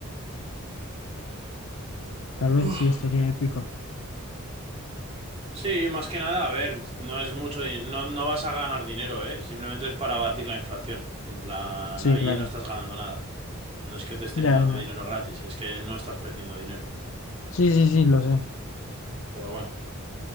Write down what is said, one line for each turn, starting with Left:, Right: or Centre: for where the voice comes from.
Left: Tal vez
Right: Ah.
Left: sí estaría épico.
Right: Sí, más que nada, a ver, no es mucho, di- no, no vas a ganar dinero, ¿eh? Simplemente es para abatir la inflación. En plan,
Left: Sí,
Right: ahí
Left: claro.
Right: no estás ganando nada. No es que te estén
Left: Ya,
Right: dando
Left: no.
Right: dinero gratis, es que no estás perdiendo dinero.
Left: Sí, sí, sí, lo sé.
Right: Pero bueno,